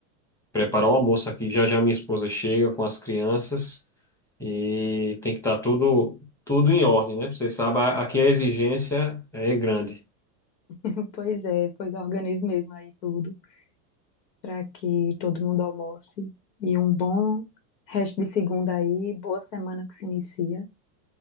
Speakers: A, in the centre; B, on the left.
A: preparar o almoço aqui. Já já minha esposa chega com as crianças e tem que estar tudo, tudo em ordem, né? Você sabe, a- aqui a exigência é grande.
B: <laughs> Pois é, pois organize mesmo aí tudo. para que todo mundo almoce e um bom resto de segunda aí, boa semana que se inicia.